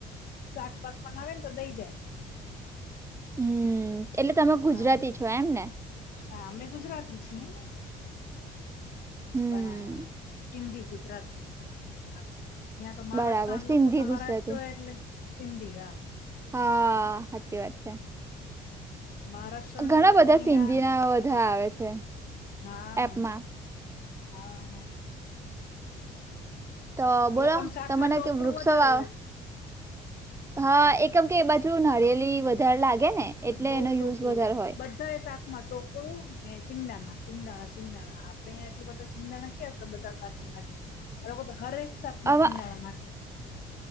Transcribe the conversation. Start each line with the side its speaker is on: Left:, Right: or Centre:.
Left: શાક બાંક બનાવે તો દઈ જાય.
Right: હમ્મ, એટલે તમે ગુજરાતી
Left: હા
Right: છો એમ ને.
Left: હા અમે ગુજરાતી છીએ,
Right: હમ
Left: પણ સિંધી ગુજરાતી અહીયાં તો મહારાષ્ટ્ર
Right: બરાબર
Left: ના
Right: સિંધી
Left: લોકો તો
Right: ગુજરાતી
Left: મરાઠી જ હોય એટલે ચિંધી હા..
Right: હહહ, હાચી વાત છે.
Left: મહારાષ્ટ્ર ના
Right: ઘણા
Left: લોકો
Right: બધા
Left: અહિયાં
Right: સિંધી ના બધા આવે છે
Left: હા
Right: એપમાં
Left: હા હા
Right: તો
Left: એ
Right: બોલો
Left: લોકોને શાકમાં
Right: તમને
Left: ટોપરું
Right: કે વૃક્ષો
Left: વધારે
Right: વાવ
Left: હોય
Right: હા એકમ કે એ બાજુ નારિયેલી વધારે લાગે ને. એટલે
Left: બહુ
Right: એનો
Left: ટોપરું
Right: યુઝ વધારે
Left: હોય. બધુ બધા શાકમાં ટોકરું ને સિંગદાના સિંગદાણા શિંગદાણા આપડેયા એટલું બધા સિંગદાણા કયા બધા શાક આ લોકો હરેરેક શાકમાં
Right: હવે
Left: માં સીંગદાણા નાખે.